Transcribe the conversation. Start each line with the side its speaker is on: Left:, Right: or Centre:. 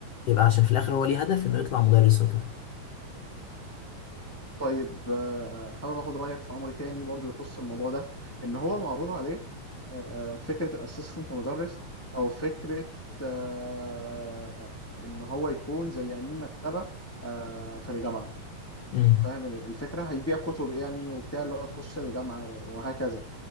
Left: يبقى عشان في الآخر هو ليه هدف إنه يطلع مدرس هو كمان
Centre: طيب آه، حابب اخد رايك في امر تاني برضو يخص الموضوع ده ان هو معروض عليه آه، آه، فكره الاسيستنت مدرس او فكره آه، ان هو يكون زي امين مكتبه آه، في الجامعه
Left: أمم،
Centre: فاهم ال- الفكره هيبيع كتب يعني وبتاع اللي هو تخص الجامعه وهكذا